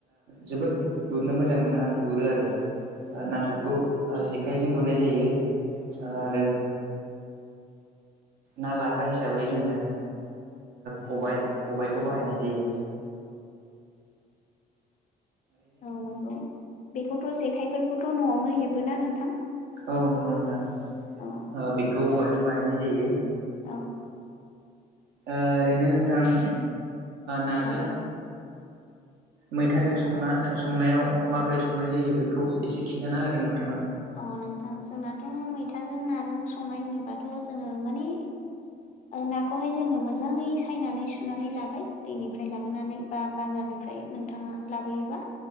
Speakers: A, on the right (about 80°); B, on the left (about 45°).
A: जोबोर गुरनो मोजां मोनो आरो गुरो आरो ओ नाथुरखौ ओ जेखाइजों गुरनाय जायो ओ
B: उम
A: आरो ना लाग्रा हिसाबै जोङो खबाय खबायखौ बाहायनाय जायो।
B: <inaudible> औ नंगौ बेखौथ' जेखाइफोरखौथ' न'आवनो हेबोना नोंथां।
A: औ नंगौ नोंथां
B: औ
A: बेखौ औवाजों बानायनाय जायो।
B: औ
A: ओरैनो नोंथां नाजों
B: औ
A: मैथाजों संना संनायाव माबोरै संनाय जायो बेखौ एसे खिन्थाना होदों नोंथाङा।
B: अ नोंथां जोंनाथ' मैथाजों नाजों संनाय होनोबाथ' जोङो माने नाखौहाय जोङो मोजाङै सायनानै सुनानै लाबाय दैनिफ्राय लाबोनानै बा बाजारनिफ्राय ओमफ्राय नोंथाङा लाबोयोबा